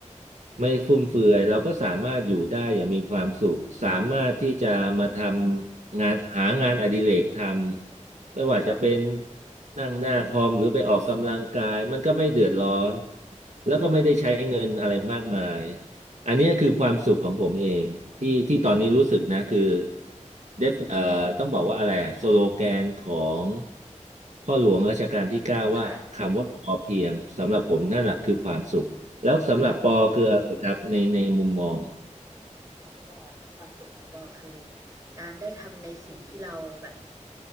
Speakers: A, on the right; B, on the right.
A: ไม่ฟุ่มเฟือยเราก็สามารถอยู่ได้อย่างมีความสุขสามารถที่จะมาทำงานหางานอดิเรกทำไม่ว่าจะเป็น
B: ค่ะ
A: นั่งหน้าคอมหรือไปออกกำลังกายมันก็ไม่เดือดร้อนแล้วก็ไม่ได้ใช้เงินอะไรมากมาย อันเนี้ยคือความสุขของผมเองที่ที่ตอนนี้รู้สึกนะคือเดฟเอ่อต้องบอกว่าอะไรอะสโลแกนของพ่อหลวงรัชกาลที่เก้าว่าคำว่าพอเพียงสำหรับผมนั่นแหละคือความสุขแล้วสำหรับปอคืออะไรครับในในมุมมอง
B: ค่ะค่ะ ของปอล่ะคะความสุขของปอคือการได้ทำในสิ่งที่เราแบบ